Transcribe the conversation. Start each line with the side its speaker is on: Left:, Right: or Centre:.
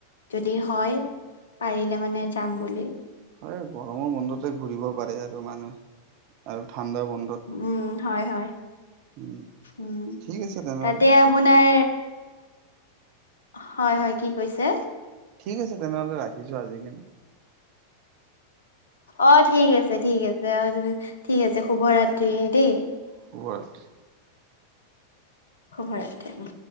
Left: যদি হয়, পাৰিলে মানে যাম বুলি।
Right: হয়, গৰমৰ বন্ধতে ঘূৰিব পাৰে আৰু মানুহ। আৰু ঠাণ্ডাৰ বন্ধত
Left: উম, হয় - হয়।
Right: উম
Left: উম,
Right: ঠিক আছে তেনেহ'লে
Left: তাতে আপোনাৰ হয় - হয়, কি কৈছে?
Right: ঠিক আছে তেনেহ'লে ৰাখিছো আজিকানে।
Left: অ ঠিক আছে ঠিক আছে অ ঠিক আছে শুভ ৰাত্ৰি দেই।
Right: শুভ ৰাত্ৰি।
Left: শুভ ৰাত্ৰি।